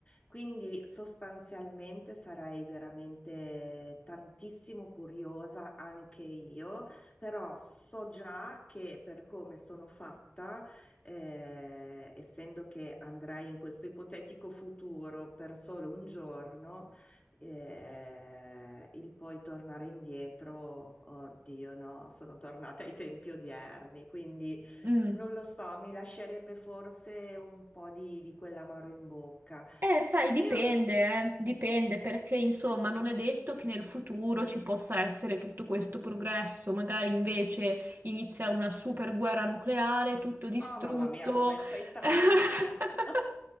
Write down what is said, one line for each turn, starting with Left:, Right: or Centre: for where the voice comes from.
Left: quindi sostanzialmente sarei veramente tantissimo curiosa anche io, però so già che per come sono fatta, eh, essendo che andrei in questo ipotetico futuro per solo un giorno, eh, il poi tornare indietro, oddio no, sono tornata ai tempi odierni, quindi
Right: mm.
Left: non lo so, mi lascerebbe forse un po' di, di quell'amaro in bocca.
Right: Eh, sai, dipende,
Left: Io,
Right: eh, Dipende perché insomma non è detto che nel futuro ci possa essere tutto questo progresso, magari invece inizia una super guerra nucleare, tutto distrutto.
Left: oh mamma mia, come sei tragica.
Right: <laughs>
Left: <laughs>